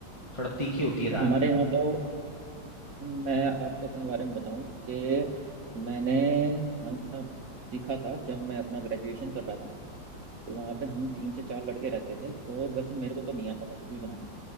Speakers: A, on the left; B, on the right.
A: थोड़ा तीखी होती
B: अच्छा
A: है दाल
B: हमारे यहाँ तो मैं आपको अपने बारे में बताऊं कि मैंने खाना सीखा था जब मैं अपना ग्रेजुएशन कर रहा था तो वहाँ पे हम तीन से चार लड़के रहते थे और वैसे मेरे को तो नहीं आता था कुछ भी बनाना